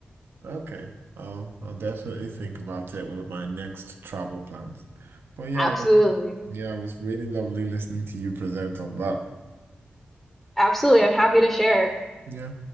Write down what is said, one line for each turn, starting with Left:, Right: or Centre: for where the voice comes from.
Right: Okay. I'll I'll definitely think about it with my next travel plans. But yeah,
Centre: Absolutely.
Right: it was- yeah, it was really lovely listening to you present on that.
Centre: Absolutely. I'm happy to share.
Right: Yeah.